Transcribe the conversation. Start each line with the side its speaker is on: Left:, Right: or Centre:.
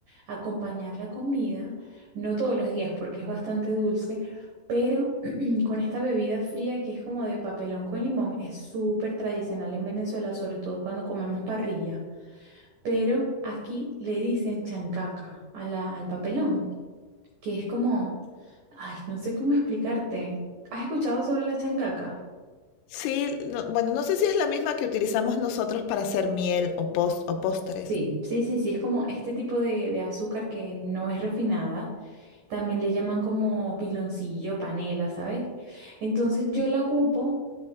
Right: acompañar la comida, no todos los días porque es bastante dulce, pero <clears throat> con esta bebida fría que es como de papelón con limón, es súper tradicional en Venezuela, sobre todo cuando comemos parrilla, pero aquí le dicen chancaca a la, al papelón, que es como, ay, no sé cómo explicarte. ¿Has escuchado sobre la chancaca?
Left: Sí, no- bueno, no sé si es la misma que utilizamos nosotros para hacer miel o, pos- o postres.
Right: Sí, sí, sí, sí, es como este tipo de, de azúcar que no es refinada, también le llaman como piloncillo, panela, ¿sabes? Entonces yo la ocupo